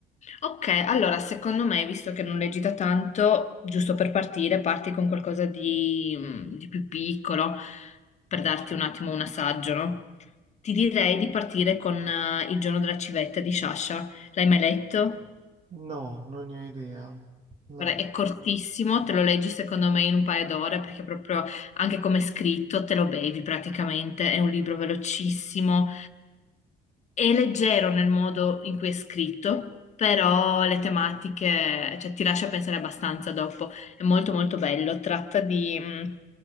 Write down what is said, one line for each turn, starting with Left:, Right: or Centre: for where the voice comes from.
Left: Ok, allora secondo me, visto che non leggi da tanto, giusto per partire, parti con qualcosa di, mm, di più piccolo, per darti un attimo un assaggio, no? Ti direi di partire con eh, Il giorno della civetta di Sciascia. L'hai mai letto?
Right: no, non ne ho idea. No.
Left: Guarda, È cortissimo, te lo leggi secondo me in un paio d'ore, perché proprio anche come è scritto te lo bevi praticamente. È un libro velocissimo, È leggero nel modo in cui è scritto, però le tematiche, cioè, ti lascia pensare abbastanza dopo. È molto molto bello. Tratta di, mh,